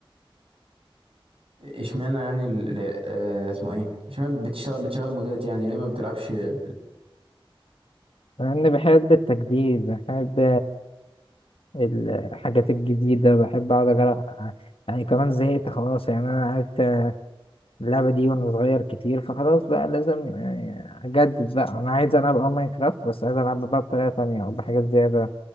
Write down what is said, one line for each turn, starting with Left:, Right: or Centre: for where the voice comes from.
Right: اشمعنى يعني ال... ال- آه اسمه ايه اشمعنى بتشتغل بتشغل مودات يعني ليه ما بتلعبش بال-
Left: لأني بحب التجديد بحب الحاجات الجديدة بحب أقعد أجرب يعني كمان زهقت خلاص يعني أنا عرفت اللعبة دي وأنا صغير كتير فخلاص بقى لازم يعني أجدد بقى أنا عايز ألعب أه ماينكرافت بس عايز ألعبها بقى بطريقة تانية أو بحاجات زيادة